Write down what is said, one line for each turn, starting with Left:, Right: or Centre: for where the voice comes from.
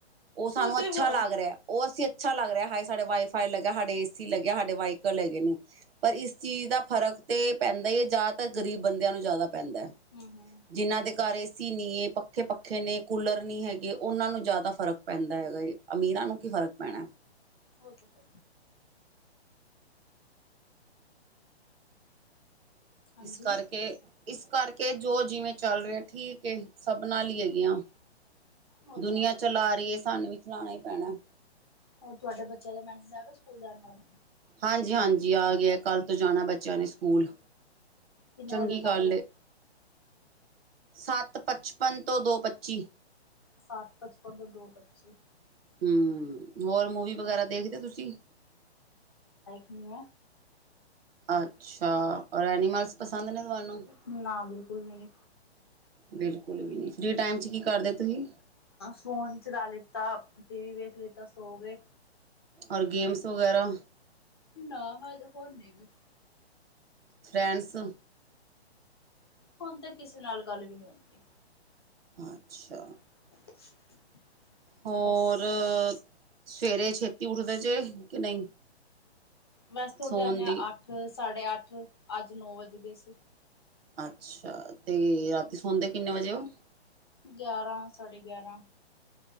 Right: ਉਹ ਸਾਨੂੰ
Left: ਤੇ
Right: ਅੱਛਾ
Left: ਹੈ।
Right: ਲੱਗ ਰਿਹਾ ਉਹ ਅਸੀਂ ਅੱਛਾ ਲੱਗ ਰਿਹਾ ਹਾਏ ਸਾਡੇ ਵਾਈਫਾਈ ਲੱਗਿਆ ਸਾਡੇ ਏ ਸੀ ਲੱਗਿਆ ਸਾਡੇ ਵਾਈਕਲ ਲੱਗੇ ਨੇ ਪਰ ਇਸ ਚੀਜ਼ ਦਾ ਫਰਕ ਤੇ ਪੈਂਦਾ ਹੀ ਹੈ ਜ਼ਿਆਦਾਤਰ ਗਰੀਬ ਬੰਦਿਆਂ ਨੂੰ ਜ਼ਿਆਦਾ ਪੈਂਦਾ ਹੈ
Left: ਹੂੰ-ਹੂੰ,
Right: ਜਿਹਨਾਂ ਦੇ ਘਰ ਸੀ ਨਹੀਂ ਏ ਪੱਖੇ ਪੱਖੇ ਨੇ ਕੂਲਰ ਨਹੀਂ ਹੈਗੇ ਉਹਨਾਂ ਨੂੰ ਜ਼ਿਆਦਾ ਫ਼ਰਕ ਪੈਂਦਾ ਹੈਗਾ ਏ ਅਮੀਰਾਂ
Left: ਹੂੰ
Right: ਨੂੰ ਕੀ
Left: ਹੂੰ
Right: ਫ਼ਰਕ ਪੈਣਾ
Left: ਉਹ ਤੇ ਹੈ ਹਾਂਜੀ
Right: ਇਸ ਕਰਕੇ ਇਸ ਕਰਕੇ ਜੋ ਜਿਵੇਂ ਚੱਲ ਰਿਹਾ ਠੀਕ ਏ ਸਭ ਨਾਲ ਲਈ ਹੈਗੀਆਂ
Left: ਉਹ
Right: ਦੁਨੀਆਂ
Left: ਤੇ ਹੈ।
Right: ਚਲਾ ਰਹੀ ਹੈ ਸਾਨੂੰ ਵੀ ਸਣਾਣਾ ਹੀਈ ਪੈਣਾ
Left: ਹੋਰ ਤੁਹਾਡੇ ਬੱਚਿਆਂ ਦਾ ਮੈਸੇਜ ਆ ਗ ਸਕੂਲ ਜਾਣ ਬਾਰੇ
Right: ਹਾਂਜੀ ਹਾਂਜੀ ਆ ਗਿਆ ਕੱਲ੍ਹ ਤੋਂ ਜਾਣਾ ਬੱਚਿਆਂ ਨੇ ਸਕੂਲ
Left: ਕਿੰਨੇ
Right: ਚੰਗੀ
Left: ਵਜੇ ਦਾ ਟਾਈਮ
Right: ਗੱਲ
Left: ਹੈ
Right: ਏ ਸੱਤ ਪਚਪਨ ਤੋਂ ਦੋ ਪੱਚੀ
Left: ਸੱਤ ਪਚਪਨ ਤੋਂ ਦੋ ਪੱਚੀ
Right: ਹਮ ਹੋਰ ਮੂਵੀ ਵਗੈਰਾ ਦੇਖਦੇ ਤੁਸੀਂ
Left: ਸੁਨ
Right: ਅੱਛਾ ਔਰ ਐਨੀਮਲਸ ਪਸੰਦ ਨੇ ਤੁਹਾਨੂੰ
Left: ਨਾ ਬਿਲਕੁਲ ਵੀ ਨੀ
Right: ਬਿਲਕੁਲ ਵੀ ਨੀ ਫਰੀ ਟਾਈਮ ਚ ਕੀ ਕਰਦੇ ਤੁਸੀਂ
Left: ਫੋਨ ਚਲਾ ਲਿੱਤਾ ਟੀ ਵੀ ਵੇਖ ਲਿੱਤਾ ਸੋ ਗਏ
Right: ਔਰ ਗੇਮਸ ਵਗੈਰਾ
Left: ਨਾ ਹ ਹੋਰ ਨੇ ਬਸ
Right: ਫਰਾਂਸ
Left: ਹੁਣ ਤਾਂ ਕਿਸੇ ਨਾਲ ਗੱਲ ਵੀ ਨਹੀਂੀ ਹੁੰਦੀ
Right: ਅੱਛਾ
Left: <inaudible>
Right: ਹੋਰ
Left: ਬਸ
Right: ਸਵੇਰੇ ਛੇਤੀ ਉੱਠਦੇ ਜੇ ਕਿ ਨਹੀਂ
Left: ਵੈਸੇ ਤੁਰ
Right: ਸੋਣ
Left: ਜਾਂਦੇ ਹ
Right: ਦੀ
Left: ਅੱਠ ਸਾਢੇ ਅੱਠ ਅੱਜ ਨੌ ਵੱਜ ਗਏ ਸੀ
Right: ਅੱਛਾ ਤੇ ਰਾਤੀ ਸੋਣਦੇ ਕਿੰਨੇ ਵਜੇ ਉਹ
Left: ਗਿਆਰਾਂ ਸਾਡੇ ਗਿਆਰਾਂ